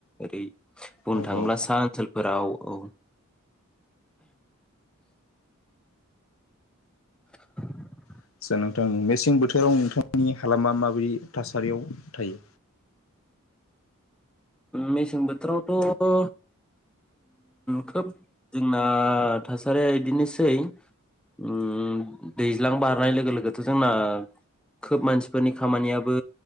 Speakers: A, in the centre; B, on the left.
A: ओरै बुंनो
B: औ
A: थाङोब्ला सा ओनसोलफोराव औ। <inaudible>
B: आदसा नोंथां मेसें बोथोराव नोंथांनि हालामा माबायदि थासारियाव थायो।
A: मेसें बोथोरावथ' ओ खोब जोंना थासारिया बिदिनोसै ओम दैज्लां बारनाय लोगो लोगोथ' जोंना खोब मानसिफोरनि खामानियाबो